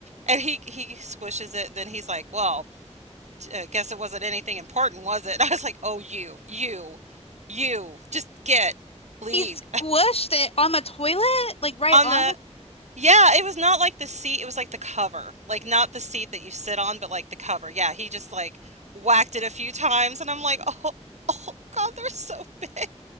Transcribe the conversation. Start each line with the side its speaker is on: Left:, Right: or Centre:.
Right: And he he squishes it. and then he's like, well, t- uh, guess it wasn't anything important, was it? <laughs> I was like, oh, you, you, you, just get, leave.
Left: He squished it on the toilet, like
Right: <laughs>
Left: right
Right: On
Left: on
Right: the
Left: the.
Right: Yeah, it was not like the seat, it was like the cover. Like not the seat that you sit on, but like the cover. Yeah, he just like whacked it a few times and I'm like, "Oh, <laughs> oh God, they're so big."